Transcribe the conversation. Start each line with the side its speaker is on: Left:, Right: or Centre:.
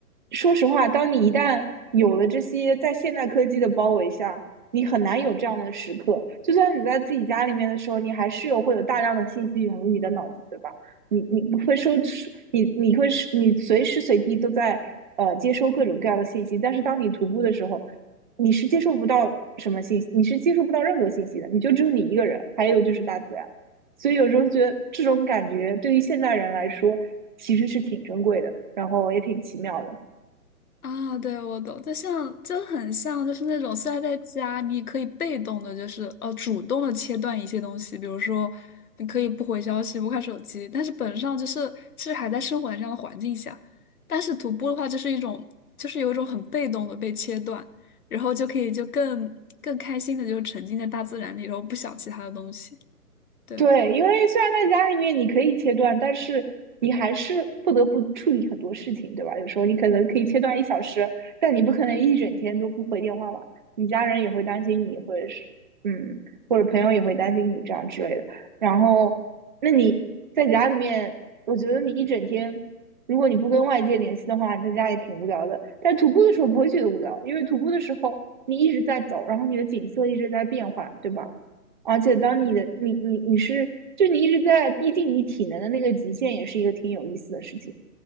Right: 说实话，当你一旦有了这些在现代科技的包围下，你很难有这样的时刻。就算你在自己家里面的时候，你还是有会有大量的信息涌入你的脑子，对吧？你你你会收，你你会你随时随地都在呃接收各种各样的信息，但是当你徒步的时候，你是接收不到什么信息，你是接收不到任何信息的，你就只有你一个人，还有就是大自然。所以有时候觉得这种感觉对于现代人来说其实是挺珍贵的，然后也挺奇妙的。
Left: 啊，对，我懂，就像就很像，就是那种虽然在家，你也可以被动的，就是呃，主动的切断一些东西，比如说你可以不回消息、不看手机，但是本质上就是其实还在生活在这样的环境下。但是徒步的话，就是一种就是有一种很被动的被切断，然后就可以就更更开心的就是沉浸在大自然里，然后不想其他的东西。对，
Right: 对，因为虽然在家里面你可以切断，但是你还是不得不处理很多事情，对吧？有时候你可能可以切断一小时，但你不可能一整天都不回电话吧？你家人也会担心你，或者是嗯，或者朋友也会担心你这样之类的。然后，那你在家里面，我觉得你一整天，如果你不跟外界联系的话，你在家也挺无聊的。但徒步的时候不会觉得无聊，因为徒步的时候你一直在走，然后你的景色一直在变化，对吧？而且当你的你你你是，就你一直在逼近你体能的那个极限，也是一个挺有意思的事情。